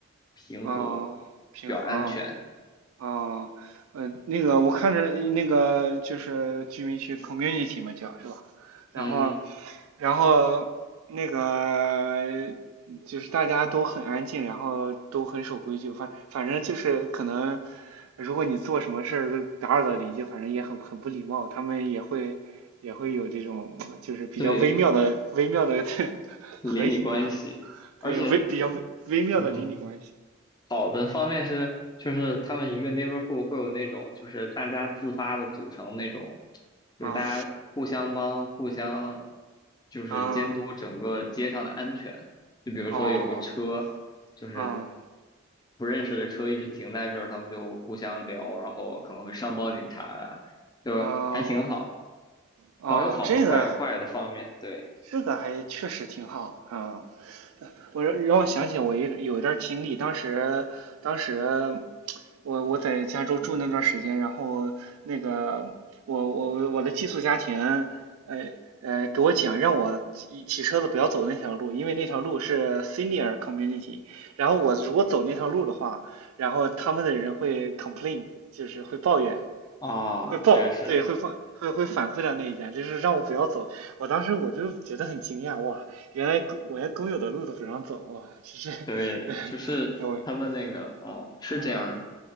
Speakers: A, on the left; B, on the right.
A: 平和，
B: 嗯，平衡啊
A: 比较安全。
B: 哦，呃，那个我看着那个就是居民区 community 嘛叫是吧？然后，
A: 嗯哼，
B: 然后那个就是大家都很安静，然后都很守规矩，反反正就是可能如果你做什么事儿都打扰到邻居，反正也很很不礼貌，他们也会也会有这种就是比较微妙的微妙的
A: 对，
B: <laughs>
A: 邻里关系，
B: 和谐啊，
A: 而且
B: 对，微比较微微妙的邻里关系
A: 嗯。好的方面是，就是他们一个 neighborhood 会有那种，就是大家自发的组成那种，
B: 啊，
A: 就是大家互相帮、互相就是监督整个街上的安全。
B: 嗯，
A: 就比如说有个车，
B: 哦。
A: 就是
B: 啊
A: 不认识的车一直停在这儿，他们就互相聊，然后可能会上报警察呀，就还挺好，
B: 啊哦，
A: 好有好的，
B: 这个
A: 坏有坏的方面，对
B: 这个还确实挺好啊。我让让我想起我一有一段经历，当时当时我我在加州住那段时间，然后那个我我我的寄宿家庭，呃呃，给我讲让我骑骑车子不要走那条路，因为那条路是 senior community，然后我如果走那条路的话，然后他们的人会 complain，就是会抱怨，
A: 啊，
B: 会报，
A: 确实。
B: 对，会报，会会反馈到那一家，就是让我不要走。我当时我就觉得很惊讶，哇，原来公我连工有的路都不让走，哇，这是，
A: 对，
B: <laughs>
A: 就是他们那个啊，
B: 哎我，嗯
A: 是这样的，
B: 嗯